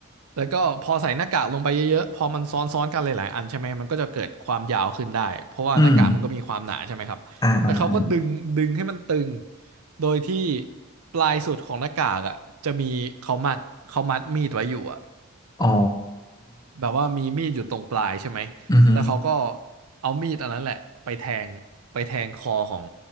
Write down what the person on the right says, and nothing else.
แล้วก็พอใส่หน้ากากลงไปเยอะๆพอมันซ้อนๆกันหลายๆอันใช่ไหมมันก็จะเกิดความยาวขึ้นได้เพราะว่าหน้ากากมันก็มีความหนาใช่ไหมครับแล้วเขาก็ดึงดึงให้มันตึง
โดยที่ปลายสุดของหน้ากากอ่ะจะมีเขามัดเขามัดมีดไว้อยู่อ่ะ
แบบว่ามีมีดอยู่ตรงปลายใช่ไหม
แล้วเขาก็เอามีดอันนั้นแหละไปแทงไปแทงคอของ